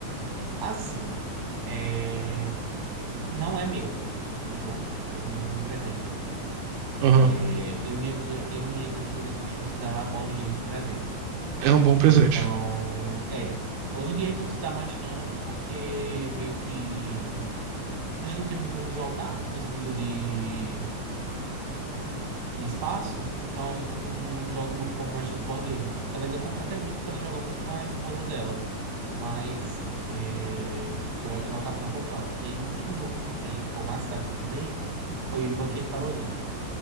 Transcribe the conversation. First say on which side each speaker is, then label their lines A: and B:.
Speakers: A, on the right (about 40°); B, on the right (about 80°).
A: assim, é, não é meu o jogo. Foi um presente.
B: Aham.
A: É, eu, e minha amiga, eu e minhas amigas, a gente costuma se dar board game de presente.
B: É um bom presente.
A: Então, é. Hoje em dia a gente não se dá mais tanto porque meio que a gente não tem muito onde jogar, no sentido de. de espaço, então a gente não, não joga, não compra mais tanto board game. Ela ainda compra até muito porque ela joga muito com a esposa dela. Mas é, eu, eu acabo não comprando. E aí o último jogo que eu comprei, que foi o mais caro que eu comprei, foi o Banquete para Odin.